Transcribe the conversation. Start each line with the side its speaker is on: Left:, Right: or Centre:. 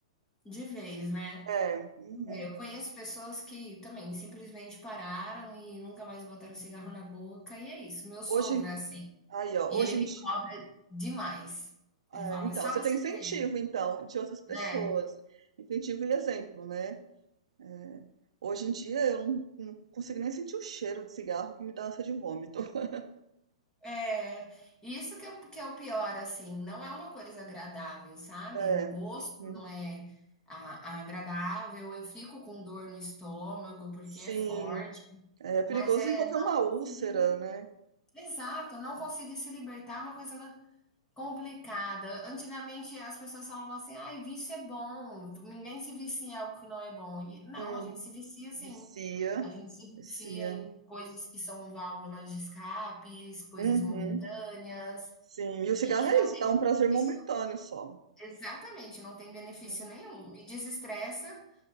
Left: de vez, né?
Right: É, uhum.
Left: É, eu conheço pessoas que também simplesmente pararam e nunca mais botaram cigarro na boca, e é isso. Meu sogro
Right: Hoje, em-
Left: é assim,
Right: aí, ó,
Left: e
Right: hoje,
Left: ele me
Right: em di-
Left: cobra demais.
Right: ah,
Left: Ele fala:
Right: então,
Left: "É só
Right: você
Left: você
Right: tem incentivo,
Left: querer".
Right: então, de outras pessoas,
Left: né
Right: incentivo e exemplo, né? É, hoje em dia, eu não, não consigo nem sentir o cheiro de cigarro que me dá ânsia de vômito. <laughs>
Left: é. Isso que é o que é o pior, assim, não é uma coisa agradável, sabe.
Right: É,
Left: O gosto
Right: uhum.
Left: não é a a agradável, eu fico com dor no estômago, porque
Right: Sim.
Left: é forte,
Right: É perigoso
Left: mas, é
Right: envolver
Left: não
Right: uma úlcera,
Left: conseguir
Right: né?
Left: exato, não conseguir se libertar é uma coisa Complicada. Antigamente as pessoas falavam assim: "Ai, vício é bom, ninguém se vicia em algo que não é bom". E não,
Right: Hum,
Left: a gente se vicia
Right: vicia,
Left: sim. A gente se vicia
Right: vicia.
Left: em coisas que são válvulas de escapes, coisas
Right: Uhum,
Left: momentâneas
Right: sim. E o cigarro
Left: e que
Right: é
Left: não tem
Right: isso, dá um prazer momentâneo
Left: isso
Right: só.
Left: exatamente, não tem benefício
Right: Uhum.
Left: nenhum. Me desestressa,